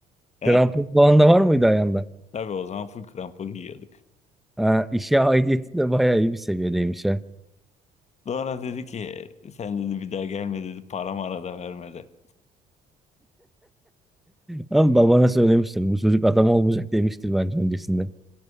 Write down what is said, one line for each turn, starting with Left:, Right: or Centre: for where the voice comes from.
Left: <laughs>
Centre: Grand Prix falan da var mıydı ayağında?
Left: Tabii o zaman full krampon giyiyorduk.
Centre: Ha, işe aidiyeti de bayağı iyi bir seviyedeymiş ha.
Left: Sonra dedi ki sen dedi bir daha gelme dedi para mara da vermedi.
Centre: Ama babana söylemiştir. Bu çocuk adam olmayacak demiştir bence öncesinde.